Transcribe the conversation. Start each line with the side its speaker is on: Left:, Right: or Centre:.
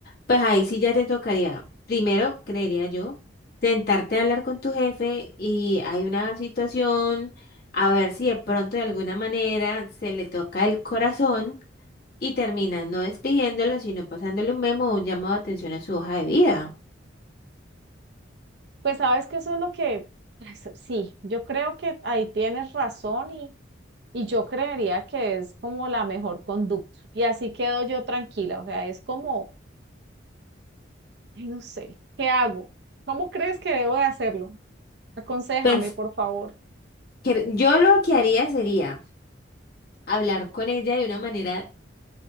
Left: Pues ahí sí ya te tocaría, primero, creería yo, sentarte a hablar con tu jefe y hay una situación, a ver si de pronto de alguna manera se le toca el corazón y termina no despidiéndolo, sino pasándole un memo o un llamado de atención a su hoja de vida.
Right: Pues sabes que eso es lo que, ay, s- sí, yo creo que ahí tienes razón y, y yo creería que es como la mejor conducta. Y así quedo yo tranquila, o sea, es como Ay, no sé, ¿qué hago? ¿Cómo crees que debo de hacerlo? Aconséjame,
Left: Pues
Right: por favor.
Left: que- yo lo que haría sería hablar con ella de una manera